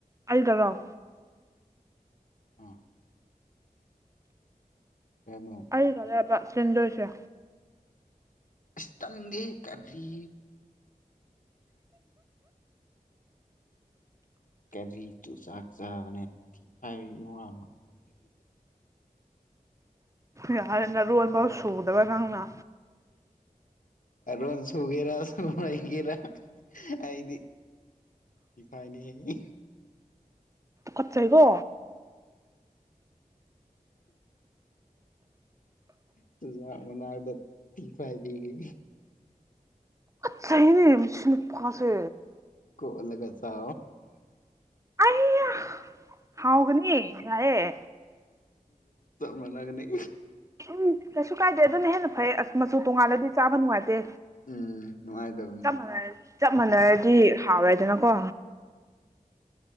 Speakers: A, on the right (about 20°); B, on the left (about 65°).
A: ꯑꯜꯗ ꯂꯥꯎ
B: ꯑꯥ ꯀꯩꯅꯣ
A: ꯑꯗꯨꯗꯗꯕ ꯁꯟꯗꯣꯁ
B: ꯏꯁꯇꯪꯗꯦ ꯀꯔꯤ ꯀꯔꯤ ꯇꯨ ꯆꯥꯛ ꯆꯥꯕꯅꯦ ꯊꯤ ꯐꯥꯏꯕꯤꯅ
A: ꯌꯥꯔꯟꯅ ꯔꯣꯜꯕ ꯁꯣꯛꯗꯕ ꯉꯅ
B: ꯑꯔꯣꯟ ꯁꯨꯒꯦꯔꯥ ꯁꯨ ꯑꯣꯏꯒꯦꯔꯥ ꯑꯩꯗꯤ ꯊꯤꯐꯥꯏꯅꯤ ꯑꯩ
A: ꯈꯠꯆꯩꯀꯣ
B: ꯆꯨꯖꯥꯛ ꯃꯅꯥꯗꯨ ꯇ ꯐꯥꯏꯕꯤꯒꯤ
A: ꯆꯍꯤꯅꯦ ꯃꯤ ꯁꯤꯅꯄꯥꯁꯦ
B: ꯏꯣꯂꯒ ꯆ
A: ꯑꯌꯥ ꯍꯒꯅꯤ ꯌꯥꯑꯦ
B: ꯃꯅꯒꯅꯤ
A: ꯎꯝ ꯀꯩꯁꯨ ꯀꯥꯏꯗꯦ ꯑꯗꯨꯅ ꯍꯦꯟꯅ ꯐꯩ ꯑꯁ ꯃꯆꯨ ꯇꯣꯡꯉꯥꯂꯗꯤ ꯆꯥꯕ ꯅꯨꯡꯉꯥꯏꯇꯦ
B: ꯎꯝ ꯅꯨꯡꯉꯥꯏꯇꯕꯅꯦ
A: ꯆꯞ ꯃꯥꯟꯅ ꯆꯞ ꯃꯥꯟꯅꯔꯗꯤ ꯍꯥꯎꯔ ꯇꯅꯀꯣ
B: ꯎꯝ